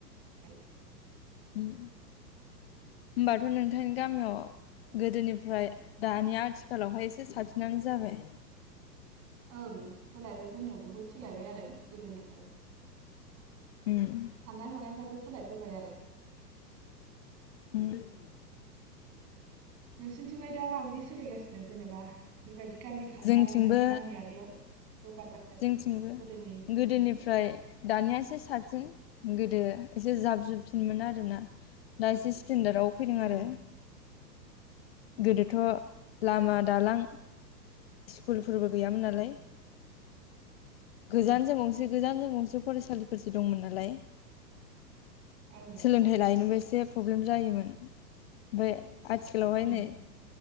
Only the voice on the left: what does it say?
होमबाथ नोंथांनि गामियाव गोदोनिफ्राय दानि आथिखालावहाय एसे साबसिनानो जाबाय।
उम
<unintelligible>
जोंथिंबो
जोंथिंबो
गोदोनिफ्राय दानियासो साबसिन गोदो एसे जाब जुबसिनमोन आरोना दा एसे सिनदाराव फैदों
आरो।
गोदोथ लामा दालां स्कुलफोरबो गैयामोन नालाय।
गोजानजों गंसे गोजान जों गंसे फरायसालि फोरसो दंमोन नालाय
सोलोंथाइ लायनोबो एसे एसे प्रब्लेम जायोमोन बे आथिखालावहाय
नै